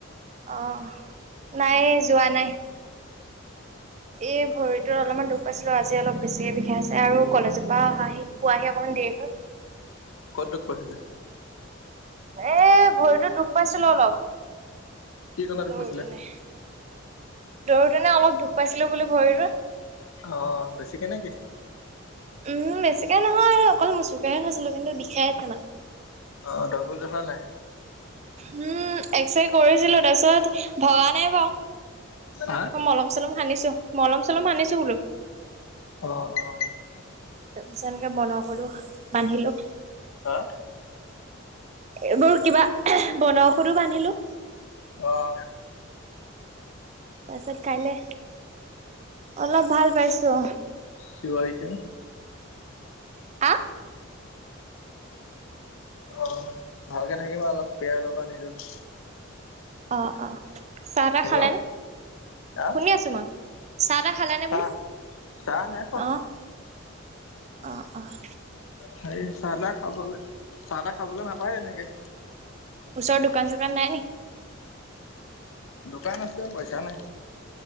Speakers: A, on the right; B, on the left.
A: অ নাই যোৱা নাই এই ভৰিতত অলপমান দুখ পাইছিলো আজি অলপ বেছিকে বিষাই আছে আৰু কলেজৰ পৰা অহি পোৱাহি অকণমান দেহ
B: কতটোত পাইছিলে
A: এ ভৰিতো দুখ পাইছিলো অলপ
B: কি কক
A: দৌৰোতেনে
B: বছিলে
A: দৌৰোতেনে অলপ দুখ পাইছিলো বুলি ভৰি ৰো
B: অ' বেছিকে নেকি?
A: উম বেছিকে নহয় অকল মোচোকাহে খাইছিলো কিন্তু বিষাই আছে মানে।
B: অ দগ জহা নাই।
A: উম এক্সৰে কৰিছিলো তাৰপিছত ভগা নাই বাৰ
B: হা?
A: অ মলম চলম সানিছো, মলম চলম সানিছো বোলো।
B: অ' অ'
A: তাৰ পিছত এনেকে বনঔষধো বান্ধিলো।
B: হা
A: এইবোৰ কিবা বনঔষধো বান্ধিলো
B: আহ
A: তাৰছত কাইলে অলপ ভাল পাইছো
B: চিঞৰিছে।
A: হা
B: অ ভালকে থাকিবা অলপ কেয়াৰ ল'বা নিজৰ
A: অ অ চাহ তাহ
B: হেল্ল',
A: খালে নে
B: হা?
A: শুনি আছোঁ মই চাহ তাহ খালেনে
B: চাহ?
A: বোলো
B: চাহ নাই খোৱা।
A: অঁ অ আহ
B: হে চাহ তাহ খাবলৈ চাহ তাহ খাবলৈ নাপায় এনেকে।
A: উচত দ দুকান চ কাৰ নাই ন?
B: দোকান আছে পইচা নাই।